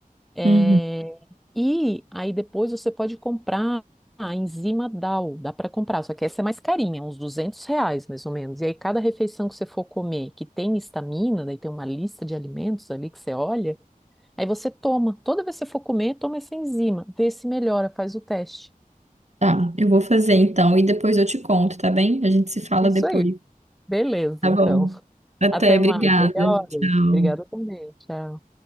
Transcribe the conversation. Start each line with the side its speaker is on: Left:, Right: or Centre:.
Centre: É,
Right: Uhum.
Centre: e aí depois você pode comprar a enzima DAO, dá para comprar, só que essa é mais carinha, uns 200 reais mais ou menos. E aí cada refeição que você for comer que tem histamina, daí tem uma lista de alimentos ali que você olha, aí você toma. Toda vez que você for comer, toma essa enzima, vê se melhora, faz o teste.
Right: Tá, eu vou fazer então e depois eu te conto, tá bem? A gente se fala
Centre: Isso
Right: depois,
Centre: aí. Beleza,
Right: tá
Centre: então.
Right: bom?
Centre: <laughs>
Right: Até,
Centre: Até
Right: obrigada.
Centre: mais. Melhoras.
Right: Tchau.
Centre: Obrigada também. Tchau.